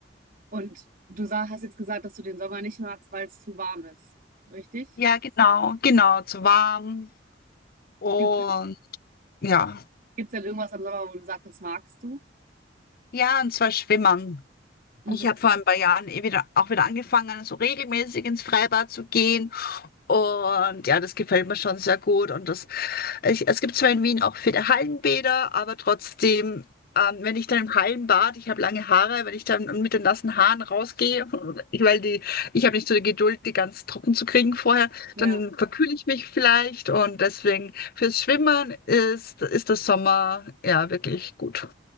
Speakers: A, on the right; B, on the left.
A: Und du sag, hast jetzt gesagt, dass du den Sommer nicht magst, weil es zu warm ist, richtig?
B: ja, genau, genau, zu warm und
A: Gibt
B: ja,
A: es denn irgendwas am Sommer, wo du sagst, das magst du?
B: ja, und zwar schwimmen.
A: Mhm.
B: Ich habe vor ein paar Jahren eh wieder, auch wieder angefangen, so regelmäßig ins Freibad zu gehen und ja, das gefällt mir schon sehr gut und das Ich, es gibt zwar in Wien auch viele Hallenbäder, aber trotzdem, ähm, wenn ich dann im Hallenbad, ich habe lange Haare, wenn ich dann mit den nassen Haaren rausgehe, <laughs> ich- weil die, ich habe nicht so die Geduld, die ganz trocken zu kriegen vorher,
A: Ja,
B: dann verkühle ich mich vielleicht und deswegen fürs Schwimmen ist, ist der Sommer ja wirklich gut.